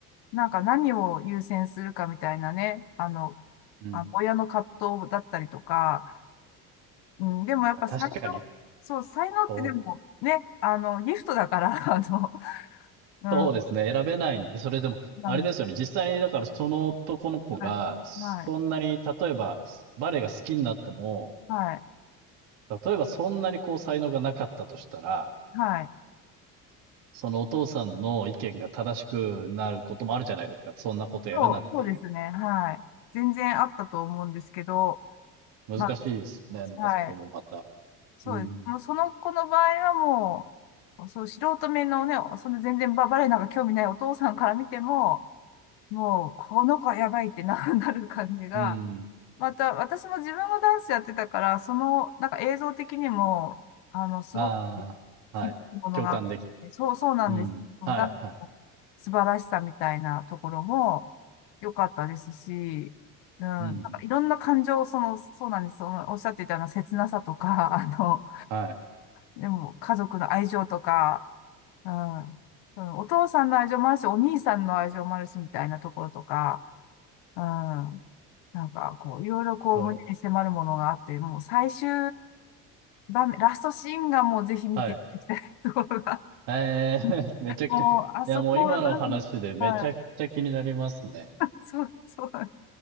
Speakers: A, on the left; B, on the right.
A: なんか何を優先するかみたいなね、あの、
B: うん。
A: あ、親の葛藤だったりとか、うん、でもやっぱ才能、
B: あ確かに、
A: そう、才能ってでもね、
B: そうですね
A: あの、ギフトだから、<laughs> あの、うん、
B: そうですね。選べないんで、それでも、
A: なん
B: あれですよね。実際に、だからその男の子が、
A: はい、
B: そんなに、
A: はい、
B: 例えば、バレエが好きになっても、
A: はい、
B: 例えばそんなにこう才能がなかったとしたら、
A: はい。
B: そのお父さんの意見が正しくなることもあるじゃないですか。そんなことやるなっていう。
A: そう、そうですね、はい。全然あったと思うんですけど、
B: 難しいですよね。
A: ま
B: なんでそこもまた。
A: あ、はい、そうです。
B: うん。
A: もうその子の場合はもう、そう、素人目のね、その全然ババレエなんか興味ないお父さんから見ても、もう、この子はやばいってな、<laughs> なる感じが、
B: うん。
A: また、私も自分のダンスやってたから、その、なんか映像的にも、あの、すごく、
B: ああ、はい。
A: 響くものがあって、
B: 共感できて。
A: そう、そうなんです。
B: うん。はい、
A: ダンスの素晴らしさみたいなところも
B: はい。
A: 良かったですし、うん、なんかいろんな感情、
B: うん。
A: その、そうなんです。その、おっしゃっていたような切なさとか、<laughs> あの、
B: はい。
A: でも、家族の愛情とか、うん、うんお父さんの愛情もあるし、お兄さんの愛情もあるし、みたいなところとか、うん。なんか、こう、いろいろこう、
B: それ、
A: 胸に迫るものがあって、もう最終場面、ラストシーンがもうぜひ見ていただきたいところが、
B: はい。ええ <laughs>
A: <laughs>
B: めちゃくちゃ、
A: もう、
B: いやもう今の話でめちゃくちゃ気になりますね。
A: あそこは何、はい、そう、そうなんです、